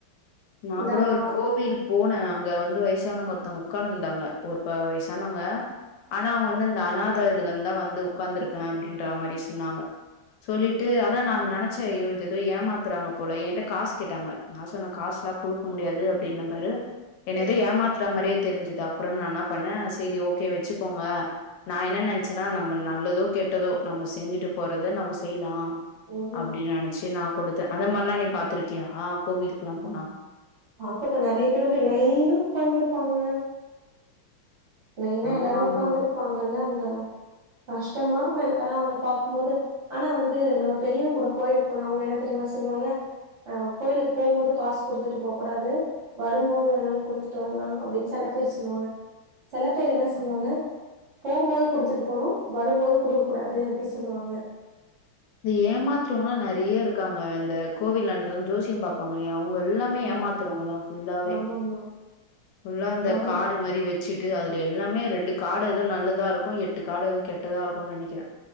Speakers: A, on the left; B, on the right.
A: நா
B: இந்தாமா
A: கூட ஒரு கோவில் போன அங்க வந்து வயசானவங்க ஒருத்தவங்க உக்கார்ந்துர்ந்தாங்க ஒரு வயசானவங்க ஆனா அவுங் வந்துந்த அநாததுல ந்தா வந்து உக்காந்துருக்க அப்டின்ற மாரி சொன்னாங்க சொல்லிட்டு ஆனா நா நெனைச்சே ஐயோ இத ஏதோ ஏமாத்துறாங்க போல என்கிட்ட காஸ் கேட்டாங்க நா சொன்ன காஸ் குடுக்க முடியாது அப்டின் பாரு என்ன
B: ம்
A: ஏதோ ஏமாத்தற மாதிரி தெரிஞ்சதா அப்புறம் நா என்னா பண்ணே சரி ஓகே வெச்சுக்கோங்க நா என்ன நென்ச்சேன்னா நம்ப நல்லதோ கெட்டதோ நம்ம செஞ்சுட்டுப் போறது நம்ம செய்லா
B: ம்
A: அப்டின் நெனைச்சு நா குடுத்த அந்த மாரிலா நீ பாத்துருக்கியா கோவிலுக்குல்லா போனா
B: பாத்துக்க நெறைய பேரு அப்டி லைனா உக்கார்ந்து இருப்பாங்க லைன்னா
A: ஆமாமா.
B: எல்லாரு உக்காந்துருப்பாங்கள்ல அங்க கஷ்டமா இருக்கு எனக்கான அவுங்கள பாக்கும்போது ஆனா வந்து நம்ம பெரிவங்கூட கோயிலுக்கு போனா அவுங்க என்ன தெரியுமா சொல்லுவாங்க ஆ கோயிலுக்கு போம்போது காசு குடுத்துட்டு போக கூடாது வரும் போது வேணாலு குடுத்துட்டு வரலா அப்டின்னு செல பேர் சொல்லுவாங்க செல பேர் என்னா சொல்லுவாங்க
A: அ
B: போம்போது குடுத்துட்டு போணு வரும்போது குடுக்க கூடாது அப்டி சொல்லுவாங்க
A: இந்த ஏமாத்துறவங்கலா நெறைய இருக்காங்க இந்த கோவில் <unintelligible> டெல்லாம் ஜோசியம் பா ப்பாங்கலே அவுங்க எல்லாமே
B: ஆ
A: ஏமாத்துறவங்கதா ஃபுல்லாவே
B: ஆமாமா.
A: ஃபுல்லா இந்த
B: ஆமா.
A: காடு மாரி வெச்சிட்டு அதுல எல்லாமே ரெண்டு காடு எது நல்லதா இருக்கு எட்டு காடு எதோ கெட்டதா இருக்கு நெனைக்கிறே